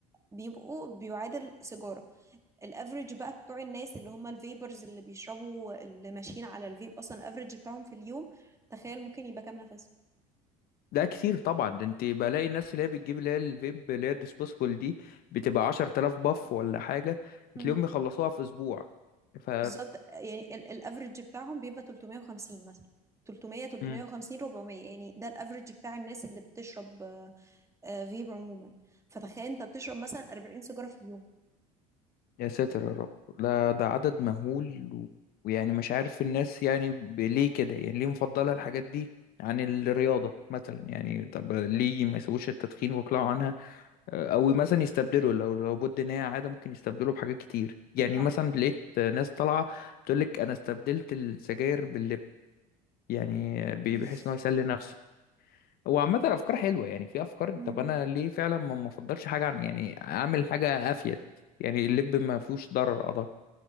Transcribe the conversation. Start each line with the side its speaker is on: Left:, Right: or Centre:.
Right: بيبقوا بيعادل سيجاره الافريج بقى بتوع الناس اللي هم الفيبرز اللي بيشربوا اللي ماشيين على الفيب اصلا الافريج بتاعهم في اليوم تخيل ممكن يبقى كام نفس
Left: ده كتير طبعا ده انت بلاقي الناس اللي هي بتجيب اللي هي الفيب اللي هي الديسبوسبل دي بتبقى عشرة آلاف باف ولا حاجة
Right: امم
Left: بتلاقيهم بيخلصوها في أسبوع ف...
Right: بالظبط يعني ال- الافريج بتاعهم بيبقى 350 مثلا 300 350
Left: فعدد
Right: 400 يعني ده الافريج بتاع الناس اللي بتشرب آه، فيب عموما فتخيل انت بتشرب مثلا 40 سيجاره في اليوم
Left: يا ساتر يا رب لا ده عدد مهول و... ويعني مش عارف الناس يعني ب- ليه كده يعني ليه مفضلة الحاجات دي عن الرياضة مثلا يعني طب ليه ما يسووش التدخين ويقلعوا عنها آه، أو مثلا يستبدلوا لو لو بد إن هي عادة ممكن يستبدلوا بحاجات كتير يعني
Right: آه.
Left: مثلا لقيت ناس طالعة بتقولك أنا استبدلت السجاير باللب يعني ب-
Right: <laughs>
Left: بحيث إن هو يسلي نفسه هو عامة أفكار حلوة يعني في أفكار
Right: مم.
Left: طب أنا ليه فعلا ما ما أفضلش حاجة عن يعني أعمل حاجة أفيد يعني اللب ما فيهوش ضرر أعتقد